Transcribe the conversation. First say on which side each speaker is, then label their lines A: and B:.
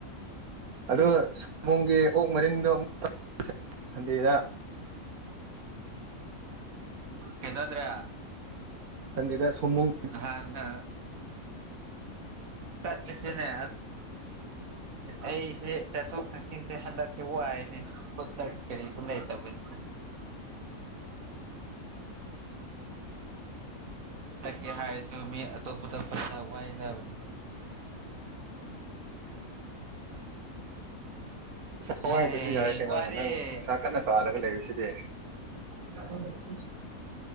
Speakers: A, on the right; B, on the right.
A: ꯑꯗꯣ ꯁꯥꯎꯑꯣꯝꯕꯨꯡꯒꯤ ꯑꯣꯛ ꯃꯔꯤꯡꯗꯣ ꯑꯃꯨ ꯁꯟꯗꯦꯗ
B: ꯀꯅꯣꯗ꯭ꯔꯦ <inaudible>
A: ꯁꯥꯟꯗꯦꯗꯗ ꯁꯥꯎꯑꯣꯝꯕꯨꯡ
B: ꯅꯍꯥꯟꯅ ꯆꯠꯂꯁꯤꯅꯦ ꯑꯩꯁꯦ ꯆꯠꯊꯣꯛ ꯆꯠꯁꯤꯟꯁꯦ ꯍꯟꯗꯛꯁꯦ ꯋꯥꯏꯅꯦ <unintelligible> ꯀꯔꯤꯁꯨ ꯂꯩꯇꯕꯩ ꯆꯠꯀꯦ ꯍꯥꯏꯔꯁꯨ ꯃꯤ ꯑꯇꯣꯞꯄꯗ ꯄꯩꯁꯥ ꯋꯥꯏꯗꯕꯅꯤ
A: ꯄꯩꯁꯥ
B: ꯍꯩ
A: ꯋꯥꯏꯗ꯭ꯔꯁꯨ ꯌꯥꯏ ꯀꯩꯅꯣ
B: ꯋꯥꯔꯦ
A: ꯅꯪ ꯏꯁꯩꯥ ꯀꯟꯅ ꯇꯥꯜꯂꯒ ꯂꯩꯔꯤꯁꯤꯗꯤ
B: <unintelligible>